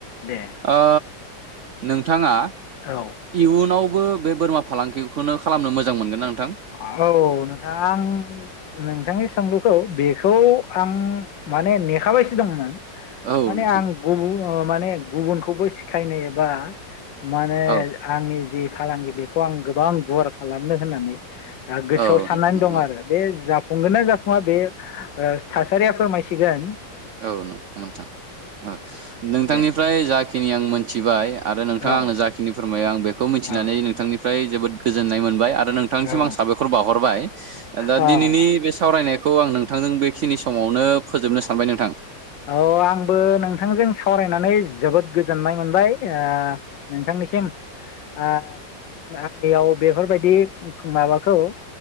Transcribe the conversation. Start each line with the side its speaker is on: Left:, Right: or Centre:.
Left: दे
Right: ओ नोंथाङा
Left: औ
Right: इयुनावबो बे बोरमा फालांगिखौनो खालामनो मोजां मोनगोन ना नोंथां?
Left: औ नोंथां नोंथांनि सोंलुखौ बेखौ आं माने नेखाबायसो दंमोन।
Right: औ
Left: माने
Right: नोंथां
Left: आं गुबुन ओ माने गुबुनखौबो सिखायनो एबा माने
Right: औ
Left: आंनि जि फालांगि बेखौ आं गोबां गुवार खालामनो होननानै
Right: औ
Left: गोसोआव साननानै
Right: नोंथां
Left: दं
Right: नोंगौ
Left: आरो बे जा फुंगोना जाफुङा बे ओ थासारिया फोरमायसिगोन।
Right: औ नोंथां ओ नोंथांनिफ्राय
Left: दे
Right: जा खिनि आं मोन मिथिबाय आरो नोंथाङा
Left: औ
Right: आंनो जाखिनि फोरमायो आं बेखौ मिथिनानै
Left: औ
Right: नोंथांनिफ्राय जोबोद गोजोननाय मोनबाय आरो नोंथांनिसिम
Left: औ
Right: आं साबायखर बावहरबाय दा
Left: औ
Right: दिनैनि बे सावरायनायख खौ आं नोंथांजों बेखिनि समावनो फोजोबनो सा आमफाय नोंथां
Left: अ आंबो नोंथांजों सावरायनानै जोबोद गोजोननाय मोनबाय ओ नोंथांनिसिम ओ आंनियाव बेफोरबायदि माबाखौ